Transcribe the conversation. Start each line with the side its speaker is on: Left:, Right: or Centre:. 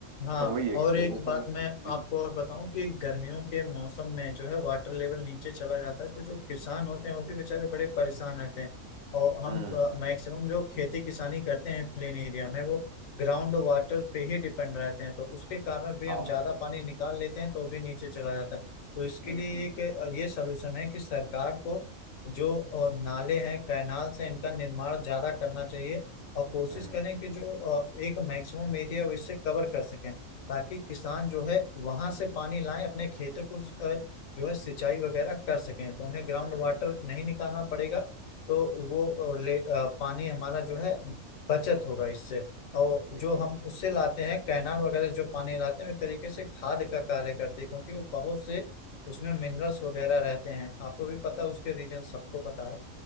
Left: हाँ
Right: पर वही है कि
Left: और
Right: लोगों
Left: एक बात
Right: को
Left: मैं
Right: जी
Left: आपको और बताऊं कि गर्मियों के मौसम में जो है वाटर लेवल नीचे चला जाता है तो जो किसान होते हैं वो भी बेचारे बड़े परेशान रहते हैं और हम
Right: हम्म
Left: मैक्सिमम जो खेती किसानी करते हैं प्लेन एरिया में वो ग्राउंड वाटर पे ही डिपेंड रहते हैं तो उसके कारण भी
Right: हाँ
Left: हम ज्यादा पानी निकाल लेते हैं तो भी नीचे चला जाता है तो इसके
Right: बिल्कुल
Left: लिए एक अ, ये सलूशन है कि सरकार को जो अ, नाले हैं कैनाल से इनका निर्माण ज्यादा करना चाहिए और कोशिश
Right: हम्म
Left: करें कि जो अ, एक मैक्सिमम एरिया वो इससे कवर कर सकें ताकि किसान जो है वहां से पानी लाएं अपने खेतों को अ, जो है सिंचाई वगैरह कर सकें तो उन्हें ग्राउंड
Right: हम्म
Left: वाटर नहीं निकालना पड़ेगा तो वो अ, ले अ, पानी हमारा जो है बचत होगा इससे और
Right: बिल्कुल
Left: जो हम उससे लाते हैं कैनाल वगैरह से जो पानी लाते हैं एक तरीके से खाद का कार्य करते हैं क्योंकि वो बहुत से उसमें मिनरल्स वगैरह रहते हैं आपको भी पता है उसके रीजन सबको पता है